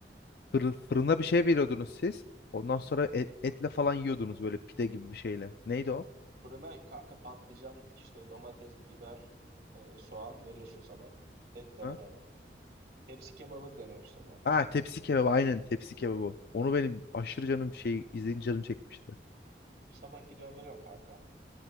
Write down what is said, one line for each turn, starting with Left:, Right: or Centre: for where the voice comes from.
Left: fırı- fırına bir şey veriyordunuz siz. Ondan sonra et, etle falan yiyordunuz böyle pide gibi bir şeyle. Neydi o?
Right: fırına kanka patlıcan işte domates, biber, e, soğan veriyorsun sabah. Etle
Left: Ha?
Right: beraber. Tepsi kebabı deniyor işte buna.
Left: Ha tepsi kebabı aynen tepsi kebabı. Onu benim aşırı canım şey izleyince canım çekmişti.
Right: Sabah gidiyorsun veriyorsun kanka.